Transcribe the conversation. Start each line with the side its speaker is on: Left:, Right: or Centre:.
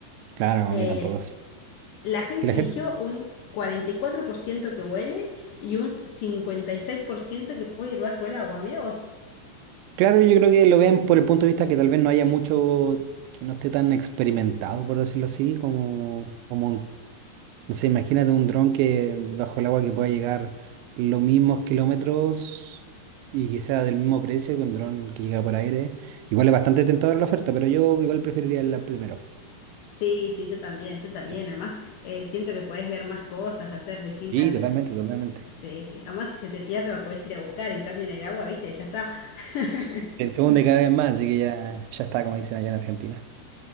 Right: Claro, a
Left: Eh,
Right: mí tampoco sí.
Left: la gente
Right: Que la
Left: eligió
Right: gente,
Left: un 44% que huele y un 56% que puede ir bajo el agua. Mirá vos.
Right: claro, yo creo que lo ven por el punto de vista que tal vez no haya mucho, que no esté tan experimentado, por decirlo así, como, como un- no sé, imagínate un dron que bajo el agua que pueda llegar los mismos kilómetros y que sea del mismo precio que un dron que llega por aire. Igual es bastante tentadora la oferta, pero yo igual preferiría la primera.
Left: Sí, sí, yo también, yo también.
Right: Sí,
Left: Además, eh, siento que podés ver más cosas, hacer distintas
Right: Sí, totalmente, totalmente.
Left: Sí, sí. Además, si se te pierde, lo puedes ir a buscar. En cambio, en el agua, ¿viste? Ya está. <laughs>
Right: El segundo cada vez más, así que ya, ya está, como dicen allá en Argentina.